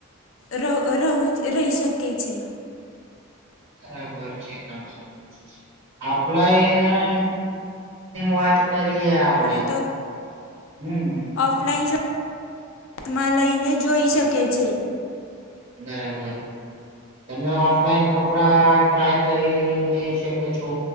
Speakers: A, on the left (about 65°); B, on the right (about 60°).
A: ર રહવું રહી શકે છે.
B: બરાબર છે તમાર આપલા. વાત કરીએ આવડા
A: અને
B: હમ..
A: ઓફલાઇન શોપિંગ હાથમાં લઈને જોઈ શકે છે.
B: બરાબર. તમે ઓફલાઈન કપડા ટ્રાય કરીને શકો છો.